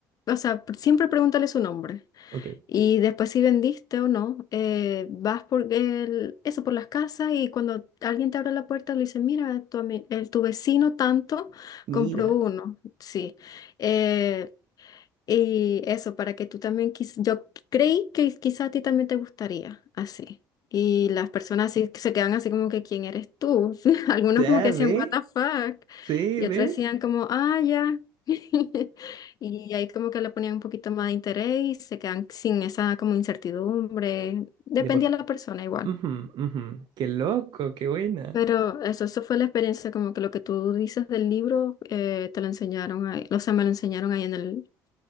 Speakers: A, on the left; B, on the right.
A: o sea, pr- siempre pregúntale su nombre.
B: ok,
A: Y después si vendiste o no, eh, vas por el- eso por las casas y cuando alguien te abre la puerta le dice, mira, tu, ami- el, tu vecino tanto
B: mira,
A: compró uno. Sí. eh, y eso, para que tú también, quiz- yo creí que quizá a ti también te gustaría, así. Y las personas así que se quedan así como que, ¿quién eres tú? <laughs> Algunos
B: Ya,
A: como que decían,
B: ve,
A: what the fuck?
B: sí,
A: Y otros
B: ve.
A: decían como, ah, ya. <laughs> Y ahí como que le ponían un poquito más de interés y se quedan sin esa como incertidumbre. Dependía
B: De por...
A: de la persona igual.
B: Ujú, ujú. Qué loco, qué buena.
A: Pero eso, eso fue la experiencia, como que lo que tú dices del libro, eh, te lo enseñaron ahí, o sea, me lo enseñaron ahí en el